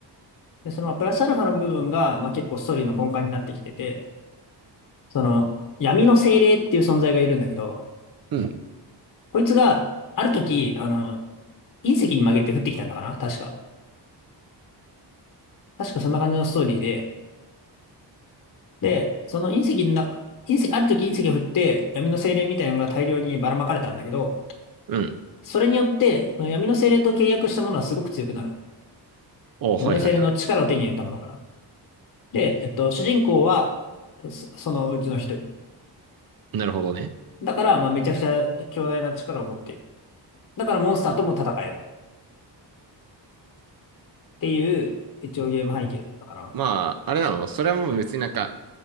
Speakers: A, on the left; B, on the right.
A: で、そのプラスアルファの部分が、まあ結構ストーリーの根幹になってきてて、その闇の精霊っていう存在がいるんだけど、
B: うん。
A: こいつがある時、あの、隕石に曲げて降ってきたんだかな確か。確かそんな感じのストーリーで、で、その隕石の中、隕石、ある時隕石が降って闇の精霊みたいなのが大量にばらまかれたんだけど、
B: うん。
A: それによって、その闇の精霊と契約したものはすごく強くなる。
B: お、
A: 闇の精霊の力を手に入れたものかな。
B: はいはいはい。
A: で、えっと、主人公は、そ、そのうちの一人。
B: なるほどね。
A: だから、まあ、めちゃくちゃ強大な力を持っている。だからモンスターとも戦える。っていう、一応ゲーム背景だったかな。
B: まあ、あれなのそれはもう別になんか、